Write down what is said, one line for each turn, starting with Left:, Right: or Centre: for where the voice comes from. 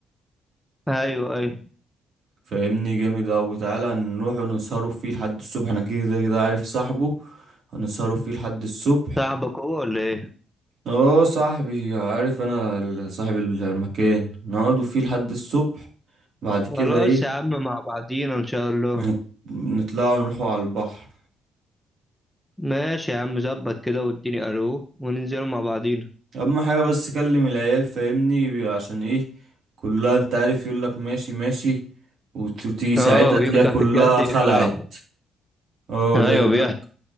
Centre: ايوه ايوه
Right: فاهمني جامد قوي تعالى نروح ونسهروا فيه لحد الصبح انا كده كده عارف صاحبه هنسهروا فيه لحد الصبح
Centre: صاحبك هو ولا ايه
Right: اه صاحبي عارف انا ال- صاحب المكان نقعدوا فيه لحد الصبح بعد كده
Centre: خلاص
Right: ايه
Centre: يا عم مع بعضينا ان شاء الله
Right: نت- نطلعوا نروحوا على البحر
Centre: ماشي يا عم ظبط كده واديني الو وننزلوا مع بعضينا
Right: اهم حاجه بس كلم العيال فاهمني عشان ايه كلها انت عارف يقول لك ماشي ماشي وت- وتيجي ساعتها
Centre: اه ويجوا
Right: تلاقيها
Centre: تحت
Right: كلها
Centre: الجد يخلعوا
Right: خلعت اه
Centre: ايوه
Right: ده يقول
Centre: بيحصل
Right: لك